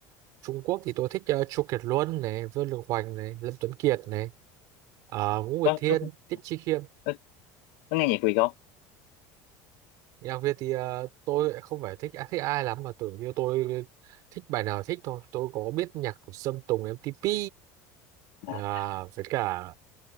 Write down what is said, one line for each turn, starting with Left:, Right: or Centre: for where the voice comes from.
Right: Trung Quốc thì tôi thích uh, Chu Kiệt Luân này, Vương Lực Hoành này, Lâm Tuấn Kiệt này, ờ, Ngũ Nguyệt
Left: có
Right: Thiên,
Left: có,
Right: Tiết Chi Khiêm.
Left: có, có nghe nhạc Việt không
Right: Nhạc Việt thì ờ, tôi lại không phải thích à, thích ai lắm mà tưởng như tôi thích bài nào thích thôi. Tôi có biết nhạc của Sơn Tùng MTP à,
Left: à.
Right: với cả